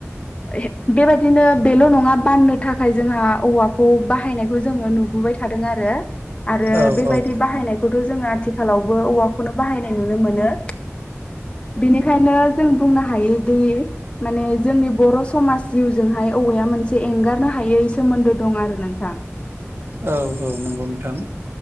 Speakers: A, on the left; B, on the right.
A: हे बेबायदिनो बेल' नङा बाननो थाखाय जोंहा औवाखौ बाहायनायखौ जोङो नुबोबाय थादों आरो आरो
B: औ
A: बेबायदि
B: औ नंगौ
A: बाहायनायखौथ' जोङो आथिखालावबो औवाखौनो बाहायनाय नुनो मोनो बेनिखायनो जों बुंनो हायोदि माने जोंनि बर समाज जिउजोंहाय औवाया मोनसे एंगारनो हायै सोमोन्दो दं आरो नोंथां
B: औ औ नंगौ नोंथां